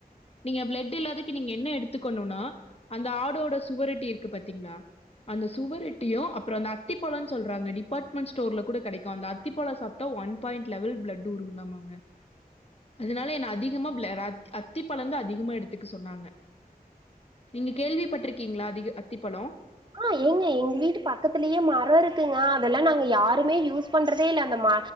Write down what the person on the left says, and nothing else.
நீங்க பிளட் இல்லாது நீங்க என்ன எடுத்துக்கணும்னா அந்த ஆடோட சுவரட்டி இருக்கு பாத்தீங்களா அந்த சுவரெட்டியும் அப்ரோ அந்த அத்திப்பழனு சொல்றாங்க டிபார்ட்மெண்ட் ஸ்டோர்ல கூட கெடைக்கும் அந்த அத்திப்பழம் சாப்ட்டா one one point level blood ஊருணுமாங்க அதனால என்ன அதிகமா பிளட் அத்திப்பழந்தா அதிகமா எடுத்துக்க சொன்னாங்க நீங்க கேள்விப்பட்டிருக்கீங்களா அதிக அத்திப்பழம்